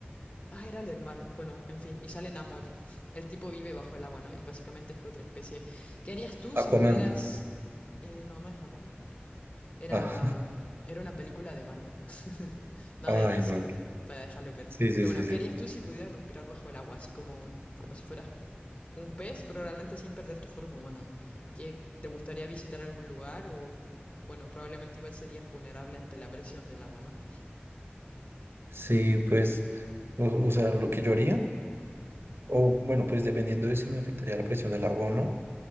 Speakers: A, on the left; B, on the right.
A: Ah, era del mar. Bueno, en fin, y sale Namor. <laughs> El tipo vive bajo el agua, ¿no? Y básicamente es otra especie. ¿Qué harías tú
B: Aquaman.
A: si pudieras... eh, no, no es agua era,
B: Ah,
A: era una película de Marvel, <laughs>
B: <laughs>
A: no
B: ay,
A: de DC,
B: Marvel.
A: para dejarlo claro.
B: Sí, sí,
A: Pero
B: sí,
A: bueno,
B: sí.
A: ¿qué harías tú si pudieras respirar bajo el agua? Así como, como si fueras un pez, pero realmente sin perder tu forma humana. ¿Qué, te gustaría visitar algún lugar? O, bueno, probablemente igual serías vulnerable ante la presión del agua, ¿no?
B: Sí, pues, o, o sea, lo que yo haría, o bueno, pues dependiendo de si me afectaría la presión del agua o no.